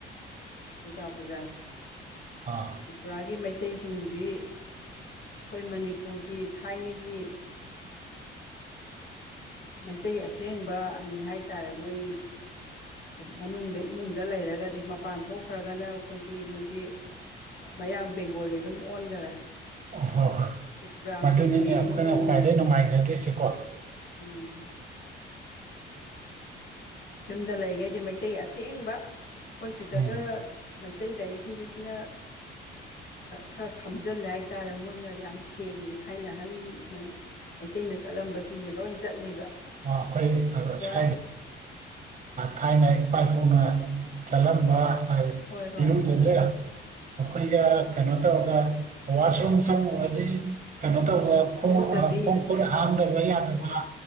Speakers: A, on the left; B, on the right.
A: ꯑꯗꯨꯒ ꯄꯨꯖꯥꯁꯦ
B: ꯑꯥ
A: ꯇ꯭ꯔꯤꯄꯨꯔꯥꯒꯤ ꯃꯩꯇꯩꯁꯤꯡꯗꯤ ꯑꯩꯈꯣꯏ ꯃꯅꯤꯄꯨꯔꯒꯤ ꯊꯥꯏꯅꯒꯤ ꯃꯩꯇꯩ ꯑꯁꯦꯡꯕꯅꯤ ꯍꯥꯏ ꯇꯥꯔꯦ ꯃꯣꯏ ꯃꯅꯨꯡꯗ ꯏꯃꯨꯡꯗ ꯂꯩꯔꯒꯗꯤ ꯃꯄꯥꯟ ꯊꯣꯛꯈ꯭ꯔꯒꯅ ꯑꯩꯈꯣꯏꯒꯤ ꯃꯣꯏꯒꯤ ꯃꯌꯥꯡ ꯕꯦꯡꯒꯣꯂꯤ ꯑꯗꯨꯝ ꯑꯣꯟꯈꯔꯦ
B: ꯑꯣ ꯍꯣꯏ ꯍꯣꯏ
A: ꯇ꯭ꯔꯤꯄꯨꯔꯥ
B: ꯃꯗꯨꯅꯤꯅꯦ
A: ꯇ꯭ꯔꯤꯄꯨꯔꯤ ꯑꯗꯨꯝ
B: ꯑꯩꯈꯣꯏꯅ
A: ꯑꯣꯟꯈꯔꯦ
B: ꯈ꯭ꯋꯥꯏꯗꯒꯤ ꯅꯨꯡꯉꯥꯏꯖꯗꯣꯏꯁꯤꯀꯣ
A: ꯎꯝ ꯌꯨꯝꯗ ꯂꯩꯈꯩꯗꯤ ꯃꯩꯇꯩ ꯑꯁꯦꯡꯕ ꯑꯩꯈꯣꯏ ꯁꯤꯗꯒ
B: ꯎꯝ
A: ꯃꯩꯇꯩ ꯂꯥꯏꯔꯤꯛꯁꯤꯡꯁꯤꯁꯤꯅ ꯈꯔ ꯁꯝꯖꯤꯜꯂꯦ ꯍꯥꯏꯇꯥꯥꯔꯦ ꯃꯣꯏꯅ ꯌꯥꯝ ꯁꯦꯡꯉꯤꯕ ꯊꯥꯏꯅ ꯑꯍꯟ ꯃꯩꯇꯩꯅ ꯆꯠꯂꯝꯕꯁꯤꯡꯁꯦ ꯂꯣꯏ ꯆꯠꯂꯦꯕ
B: <unintelligible>
A: ꯑꯗꯨꯒ
B: ꯊꯥꯏꯅ ꯏꯄꯥ ꯏꯄꯨꯅ ꯆꯠꯂꯝꯕ
A: ꯍꯣꯏ ꯍꯣꯏ
B: ꯏꯔꯨꯖꯗ꯭ꯔꯦ ꯃꯈꯣꯏꯒ ꯀꯩꯅꯣ ꯇꯧꯔꯒ ꯋꯥꯁꯔꯨꯝ ꯆꯪꯉꯨꯔꯗꯤ ꯀꯩꯅꯣ ꯈꯣꯡ
A: ꯏꯔꯨꯖꯕꯤ
B: ꯈꯣꯡ ꯈꯨꯠ ꯍꯥꯝꯗꯕ
A: ꯎꯝ
B: ꯌꯥꯗꯕ